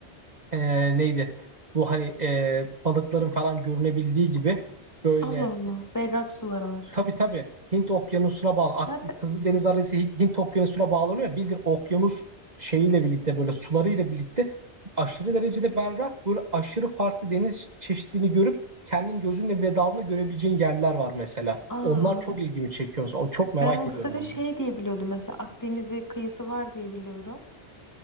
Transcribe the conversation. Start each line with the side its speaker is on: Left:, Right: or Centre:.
Right: eee, neydi? Bu hani eee, balıkların falan görünebildiği gibi böyle
Left: Allah Allah. Berrak suları var.
Right: Tabii tabii Hint Okyanusu'na bağlı. Ak-
Left: Zaten
Right: Kızıldeniz arası Hint Hint Okyanusu'na bağlanıyor. Bildiğin okyanus şeyiyle birlikte böyle sularıyla birlikte aşırı derecede berrak böyle aşırı farklı deniz çeşitliliğini görüp kendin gözünle bile dalını görebileceğin yerler var mesela.
Left: aa,
Right: Onlar çok ilgimi çekiyor. Mesela. O- Çok merak
Left: ben Mısır'ı
Right: ediyorum onları.
Left: şey diye biliyordum mesela Akdeniz'e kıyısı var diye biliyorum.